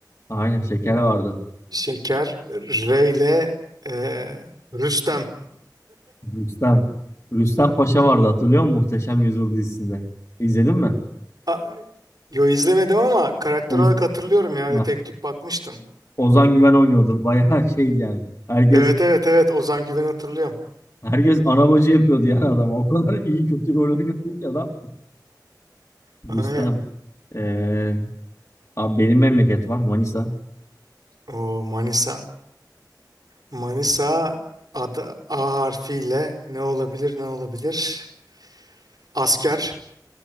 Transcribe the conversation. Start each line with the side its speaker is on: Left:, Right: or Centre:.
Left: Aynen şeker vardı.
Right: Şeker Reyle eee Rüstem.
Left: Rüstem. Rüstem Paşa vardı hatırlıyor musun? Muhteşem Yüzyıl dizisinde. İzledin mi?
Right: A- yo izlemedim ama karakter
Left: Oz
Right: olarak hatırlıyorum ya. Öyle
Left: ha,
Right: tek tük bakmıştım.
Left: Ozan Güven oynuyordu. <laughs> Bayağı şeydi yani. Herkes
Right: Evet evet evet Ozan Güven'i hatırlıyorum.
Left: herkes ana bacı yapıyordu yani adam. O kadar iyi kötü rol oynuyordu ki adam. Rüstem.
Right: Aynen.
Left: Ee, abi benim memleket var. Manisa.
Right: O Manisa. Manisa adı A harfiyle ne olabilir ne olabilir? Asker.